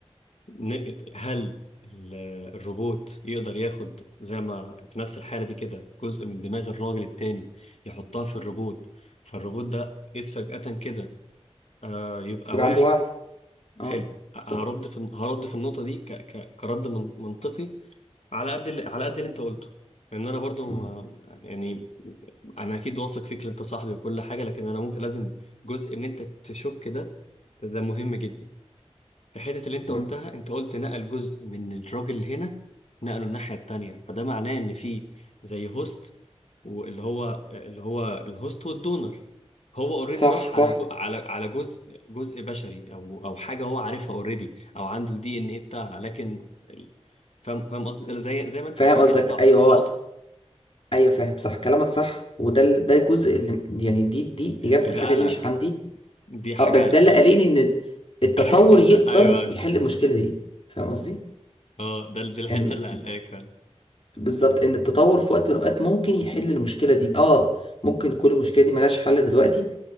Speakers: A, on the left (about 75°); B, on the left (about 55°).
A: ن- هل ال- الروبوت يقدر ياخد زي ما في نفس الحالة دي كده جزء من دماغ الراجل التاني يحطها في الروبوت فالروبوت ده إذ فجأة كده آه، يبقى
B: يبقى
A: واعي
B: عنده وعي
A: حلو
B: اه بالظبط
A: هرد في هرد في النقطة دي ك... ك... كرد من... منطقي على قد اللي... على قد اللي انت قلته لان انا برضو
B: مم،
A: ما... يعني انا اكيد واثق فيك إن انت صاحبي وكل حاجة لكن انا ممكن لازم جزء ان انت تشك ده ده مهم جدا في حتة اللي انت
B: مم.
A: قلتها انت قلت نقل جزء من الراجل هنا نقله الناحية التانية فده معناه ان في زي هوست واللي هو اللي هو الهوست والدونر هو اوريدي
B: صح
A: راح
B: صح
A: على جو على على جزء جزء بشري او او حاجة هو عارفها اوريدي او عنده الدي ان ايه بتاعها لكن ال- فاهم فاهم قصدي زي زي ما انت
B: فاهم
A: بتنقل
B: قصدك ايوه هو
A: عضو
B: ايوه فاهم صح كلامك صح وده ال- ده الجزء اللي يعني دي دي
A: اللي
B: اجابه الحاجه
A: قلقك
B: دي مش عندي
A: دي حاجة
B: اه بس ده اللي
A: قلق
B: قاليني ان التطور
A: <laughs>
B: يقدر
A: ايوه
B: يحل المشكله دي فاهم قصدي
A: اه ده دي الحتة
B: يعني
A: اللي قلقاك
B: بالظبط ان التطور في وقت من الاوقات ممكن يحل المشكله دي اه ممكن كل المشكله دي ملهاش حل دلوقتي